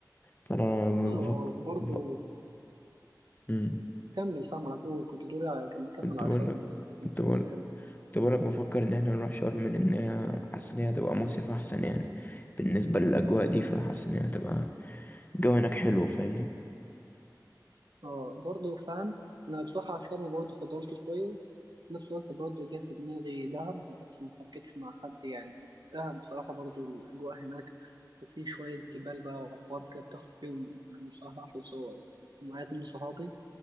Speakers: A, on the left; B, on the right.
A: فانا
B: اه
A: بفكر
B: آه، برضه
A: بفكر مم.
B: كمل فاهم على طول كنت بتقولي على كان كمل
A: كنت
B: على
A: بقول
B: شرم
A: لك
B: مش كنت
A: كنت
B: بتقولي
A: بقول
B: ايه تاني
A: كنت بقولك بفكر إن احنا نروح شرم لأن هي- حاسس إن هي هتبقى مصيف أحسن يعني بالنسبة للأجواء دي فحاسس إن هي هتبقى الجو هناك حلو فاهمني
B: اه برضه فاهم انا بصراحة على شرم برضه فضلت شوية في نفس الوقت برضه جه في دماغي دهب بس ما حكيتش مع حد يعني دهب بصراحة برضه الأجواء هناك وفي شوية جبال بقى وحوار كده بتاخد فيهم يعني بصراحة أحلى صور معايا اتنين صحابي